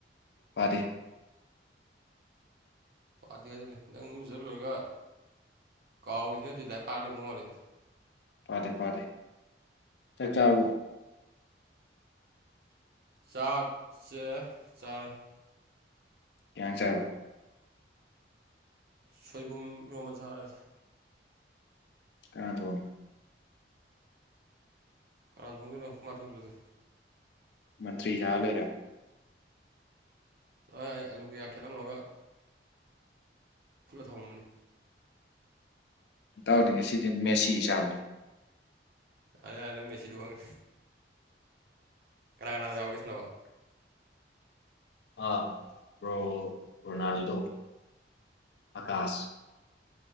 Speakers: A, on the left; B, on the right.
A: ꯄꯥꯗꯦ
B: ꯄꯥꯗꯦ ꯍꯥꯏꯖꯤꯜꯂꯦ ꯅꯪ ꯢꯔꯨꯖ ꯂꯣꯏꯔꯒ ꯀꯥꯎꯔꯤꯖꯤꯅꯗꯤ ꯅꯪ ꯂꯥꯏꯔꯤꯛ ꯄꯥꯔ ꯂꯩꯔꯝꯗꯧ ꯃꯥꯜꯂꯦ
A: ꯄꯥꯗꯦ ꯄꯥꯗꯦ ꯆꯥꯛ ꯆꯥꯔꯕꯣ
B: ꯆꯥꯛꯁꯦ ꯆꯥꯔꯦ
A: ꯀꯩ ꯌꯦꯟꯁꯥꯡ ꯆꯥꯔꯕ
B: ꯁꯣꯏꯕꯨꯝ ꯏꯔꯣꯝꯕ ꯆꯥꯔꯦ
A: ꯀꯅꯥ ꯇꯣꯡꯉꯤꯅꯣ
B: ꯀꯅꯥꯅ ꯊꯣꯡꯗꯣꯏꯅꯣ ꯑꯈꯣꯏ ꯃꯥ ꯊꯣꯡꯗ꯭ꯔꯗꯤ
A: ꯃꯟꯇ꯭ꯔꯤ ꯁꯥꯔ ꯂꯩꯔꯦ
B: ꯍꯣꯏ ꯑꯂꯨ ꯀꯌꯥ ꯈꯦꯠꯂꯝꯃꯒ ꯐꯨꯠꯂ ꯊꯝꯃꯝꯕꯅꯤ
A: ꯢꯇꯥꯎꯗꯤ ꯉꯁꯤꯗꯤ ꯃꯦꯁꯤ ꯁꯥꯕꯅꯦ
B: ꯌꯥꯔꯦ ꯌꯥꯔꯦ ꯅꯪ ꯃꯦꯁꯤꯗꯣ ꯈꯪꯉꯦ ꯀꯅꯥ ꯀꯅꯥ ꯌꯥꯎꯒꯦ ꯁꯥꯟꯅꯕ
A: ꯑ ꯕ꯭ꯔꯣ ꯔꯣꯅꯥꯜꯗꯣ ꯑꯀꯥꯁ